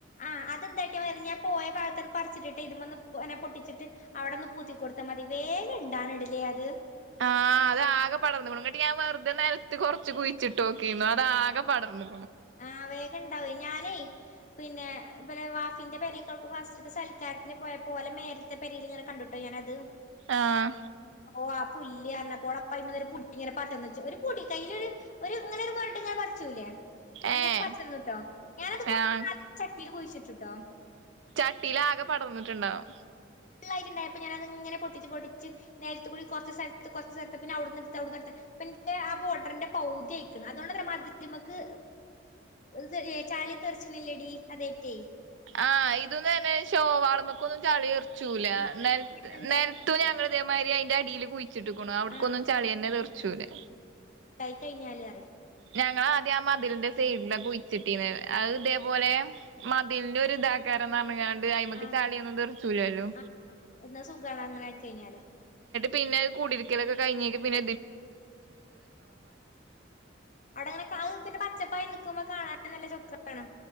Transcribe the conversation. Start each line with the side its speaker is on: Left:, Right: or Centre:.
Left: ആഹ് അതെന്തായിട്ട ഞാൻ പോയ ഭാഗത്തന്ന് പറിച്ചിട്ടിട്ട് ഇത് വന്ന്നെ പൊട്ടിച്ചിട്ട് അവിടെ ഒന്ന് പൂത്തി കൊടുത്താൽ മതി വേഗം ഇണ്ടാാണ് ഇടലേ അത്
Right: ആഹ് അത് ആകെ പടർന്ന്ക്ക്ണു ഇങ്ങട്ട് ഞാൻ വെറുതെ നിലത്ത് കുറച്ച് കുഴിച്ചി് നോക്കിരുന്നു അത ആകെ പടർന്നു
Left: ആഹ് വേഗം ഉണ്ടാവ ഞാൻ അ പിന്നെ വാഫിന്റെ പരക്കൾ ഫസ്റ്റ് സൽക്കാരത്തിന് പോയ പോലെ മേരത്തെ പരൽ ഇങ്ങനെ കണ്ടിട്ടോ ഞാനത്
Right: ആഹ
Left: ഓഹ ആ പുല്ലല് അറിഞ്ഞപ്പോൾ അപ്പ അ ഒരു പുടി ഇങ്ങനെ പന്ന് വച്ച ഒരു പൊടി കയ്യിലൊ ഒരു അങ്ങനെ ഒരു മ ഇങ്ങനെ മറച്ചുല്ലേ അങ്ങനെ
Right: ഏഹ്
Left: പച്ചന്ന കേട്ടോ ഞാനത് കൊ
Right: ആഹ്
Left: ചട്ടിയിൽ പഴിച്ചിട്ട ുട്ട
Right: ചട്ടിയിലാകെ പടർന്നിട്ടുണ്ടാവും
Left: ായിട്ടുണ്ടായപ്പൊ ഞാനത് ഇങ്ങനെ പൊട്ടിച്ച പൊിച്ച് നേരിട്ട കൂ കുറച്ചുഥത്ത് കുറ സ്ഥലത്ത് പിന്ന അവിടുന്ന എടുത്ത് അവിടുന്നടുത്ത് പിന്ന ആ ബോർഡറിന്റെ പൗതിയയിക്കണം അതുകൊണ്ട് തന്നെ മാധ്യമക്ക് ത് ചാളി തെറിച്ചണില്ലടി അതേറ്റേ
Right: ആഹ് ഇതൊന്ന് തന്നെ ോ വളമക്കൊന്നും ചാളി വർ ചൂല
Left: നല്ല ഇണ്ടായിട്ടുണ്ട്
Right: നേരത്ത ഞങ്ങളതമാരി ഡടിയിൽ കുയി ിച്ചിട്ട അവിടക്കൊന്നും
Left: ആഹ്
Right: ചളി തന്നെ തീർച്ചൂല്ലെ
Left: കഴിഞ്ഞാല അറ
Right: ഞങ്ങള ആദ്യം ആ മതിലിന്റെ സൈഡിലൊക്കെ കുഴിച്ചിട്ടീന്ന് അത് ഇതേപോലെ മതിലിന്റെ ഒരു ഇതാാക്കാരന്ന് പറഞ്ഞ അയ്മക്ക്
Left: ആഹ്
Right: ചാളിയൊന്നും തെറിച്ചൂലല്ലോ
Left: ആഹ് എന്നാ സുഖാണ് അങ്ങനെ ആയി കഴിഞ്ഞാല്
Right: പിന്നെത് കൂടിയിരിക്കലൊക്കെ
Left: അവിടെ അങ്ങനെ കാ പിന്നെ പച്ചപ്പായ നിക്കുമ്പോ കാണാനും നല്ല ചൊക്കാണ്